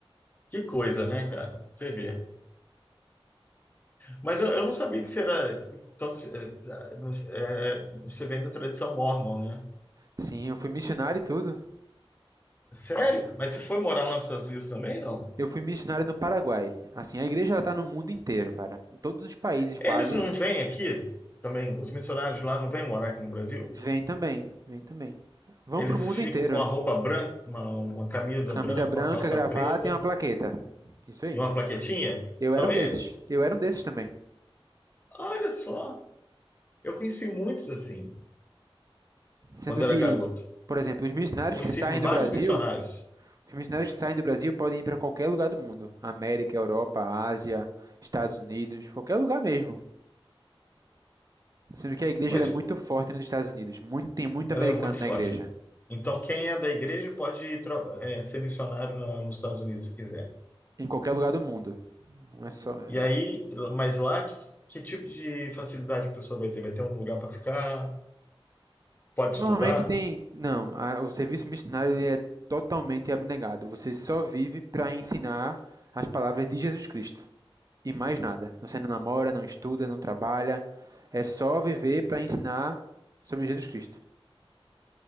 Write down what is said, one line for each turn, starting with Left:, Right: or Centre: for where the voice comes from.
Left: Que coisa, né, cara? Você vê. Mas eu, eu não sabia que você era... Então, se- é, é, é, você vem da tradição mórmon, né?
Right: Sim, eu fui missionário e tudo.
Left: Sério? Mas você foi morar lá nos Estados Unidos também, não?
Right: Eu fui missionário no Paraguai. Assim, a igreja ela tá no mundo inteiro, cara. Em todos os países quase.
Left: Eles não vêm aqui também, os missionários lá não vêm morar aqui no Brasil?
Right: Vem também. Vem também. Vão
Left: Eles
Right: pro mundo
Left: ficam
Right: inteiro.
Left: com a roupa branca, uma, uma camisa
Right: Camisa
Left: branca,
Right: branca,
Left: uma calça
Right: gravata
Left: preta
Right: e uma plaqueta. Isso aí.
Left: e uma plaquetinha?
Right: Eu
Left: São
Right: era um
Left: eles?
Right: desses. Eu era um desses também.
Left: Olha só, eu conheci muitos assim,
Right: Sendo
Left: quando era
Right: que,
Left: garoto.
Right: por exemplo, os missionários
Left: Conheci
Right: que saem do
Left: vários
Right: Brasil
Left: missionários,
Right: Os missionários que saem do Brasil podem ir para qualquer lugar do mundo, América, Europa, Ásia, Estados Unidos, qualquer lugar mesmo. Sendo que a igreja
Left: mas
Right: ela é
Left: tipo,
Right: muito forte nos Estados Unidos, muito- tem muito
Left: ela
Right: americano
Left: é muito
Right: na
Left: forte.
Right: igreja,
Left: Então, quem é da igreja pode ir tra- eh, ser missionário na- nos Estados Unidos se quiser.
Right: em qualquer lugar do mundo. Não é só. é-
Left: E aí, mas lá, que, que tipo de facilidade a pessoa vai ter? Vai ter um lugar para ficar? Pode
Right: Normalmente
Left: estudar?
Right: tem. Não, a- o serviço missionário ele é totalmente abnegado. Você só vive para ensinar as palavras de Jesus Cristo e mais nada. Você não namora, não estuda, não trabalha. É só viver para ensinar sobre Jesus Cristo